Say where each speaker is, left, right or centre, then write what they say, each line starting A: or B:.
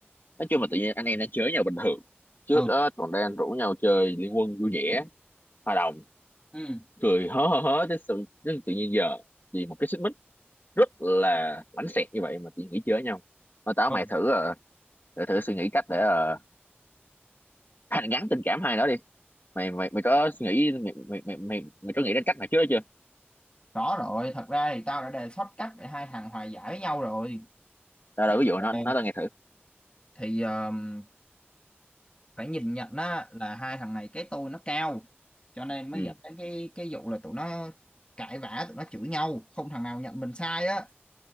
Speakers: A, on the left; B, on the left.
A: nói chung là tự nhiên anh em đang chơi với nhau bình thường trước
B: ừ
A: đó còn đang rủ nhau chơi liên quân vui vẻ hòa đồng
B: ừ
A: cười hớ hớ hớ tới sự tới tự nhiên giờ vì một cái xích mích rất là bánh xẹt như vậy mà tự nhiên nghỉ chơi với nhau mà tao
B: Ừ,
A: mày thử ờ, thử suy nghĩ cách để ờ, hàn gắn tình cảm hai đó đi mày mày mày có nghĩ mày mày mày mày, mày có nghĩ đến cách này trước đó chưa
B: rõ rồi thật ra thì tao đã đề xuất cách để hai thằng hòa giải với nhau rồi
A: tao đâu
B: chỉ
A: ví dụ nó
B: là-
A: nó tao nghe thử
B: thì um, phải nhìn nhận á là hai thằng này cái tôi nó cao cho nên mới
A: ừ
B: dẫn đến cái cái vụ là tụi nó cãi vã tụi nó chửi nhau không thằng nào nhận mình sai á